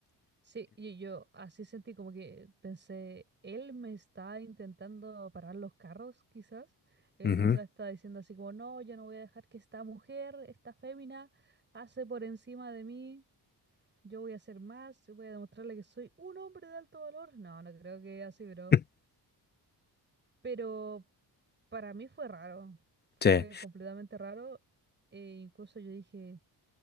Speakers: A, on the right; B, on the left.
A: Sí, y yo así sentí como que pensé, él me está intentando parar los carros, quizás. Él
B: Ujú.
A: quizás está diciendo así como, no, yo no voy a dejar que esta mujer, esta fémina, pase por encima de mí. Yo voy a hacer más, yo voy a demostrarle que soy un hombre de alto valor. No, no creo que así, pero...
B: <laughs>
A: Pero para mí fue raro, fue
B: Sí.
A: completamente raro. e incluso yo dije,